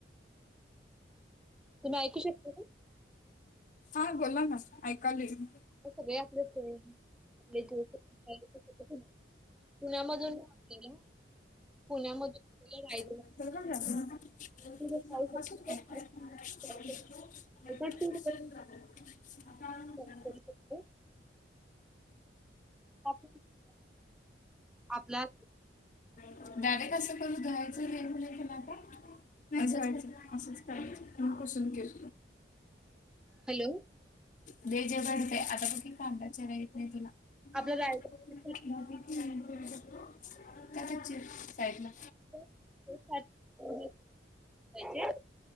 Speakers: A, in the centre; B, on the left.
A: तुम्ही ऐकू शकता का
B: हा बोला ना ऐकालोय मी.
A: सगळे आपले आपले <unintelligible> पुण्यामधून ना आपल्याला पुण्यामधून आपल्याला राय
B: <unintelligible>
A: जाऊ शकतो का जाऊ
B: <unintelligible>
A: शकतो नाहीतर टू बगु शकतो. <unintelligible> आपला
B: डायरेक्ट असं करू घ्यायचं नाही <unintelligible> असंच करायच <unintelligible> केल.
A: हॅलो.
B: व्हेज हाय बरकाय आता बघ की कांदा चीराय येत नाही तिला. <unintelligible>
A: आपल्या रायगड
B: साईट ला.
A: <unintelligible> पाहिजे